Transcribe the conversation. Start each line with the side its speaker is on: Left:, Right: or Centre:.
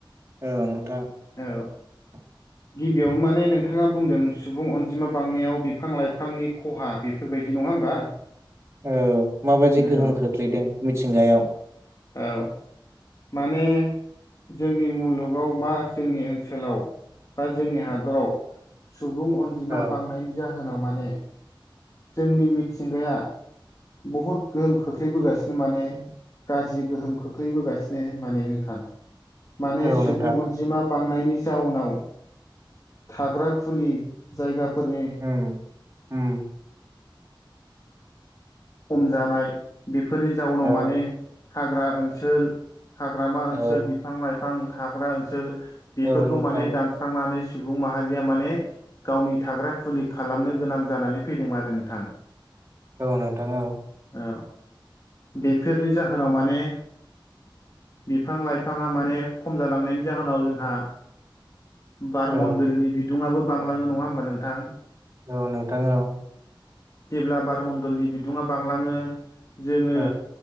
Right: औ नोंथां
Left: औ
Right: <inaudible>
Left: गिबियावनो माने नोंथाङा बुंदों सुबुं अनजिमा बांनायाव बिफां-लाइफांनि ख'हा बेफोरबायदि नङा होमबा?
Right: औ माबायदि
Left: औ
Right: गोहोम खोख्लैदों मिथिंगायाव
Left: औ माने जोंनि मुलुगाव मा जोंनि ओनसोलाव बा जोंनि हादराव सुबुं अनजिमा
Right: औ
Left: बांनायनि जाहोनाव माने जोंनि मिथिंगाया बहुद गोहोम खोख्लैबोगासिनो माने गाज्रि गोहोम खोख्लैबोगासिनो माने नोंथां माने
Right: औ
Left: सुबुं
Right: नोंथां
Left: अनजिमा बांनायनि जाउनाव थाग्रा खुलि जायगाफोरनि
Right: उम-उम
Left: खम जानाय बेफोरनि जाउनाव
Right: औ
Left: माने हाग्रा ओनसोल हाग्रामा
Right: औ
Left: ओनसोल बिफां लाइफां थाग्रा ओनसोल बेफोरखौ
Right: औ नोंथां
Left: माने दान स्रांनानै सुबुं माहारिया माने गावनि थाग्रा खुलि खालामनो गोनां जानानै फैदोंमोन आरो नोंथां
Right: औ नोंथां औ
Left: औ बेफोरनि जाहोनाव माने बिफां-लाइफाङा माने खम जालांनायनि जाहोनाव जोंहा बार
Right: औ
Left: मन्दलनि बिदुङाबो बांलाङो नङा होमबा नोंथां
Right: औ नोंथां औ
Left: जेब्ला बारमण्डलनि बिदुङा बांलाङो जोङो
Right: औ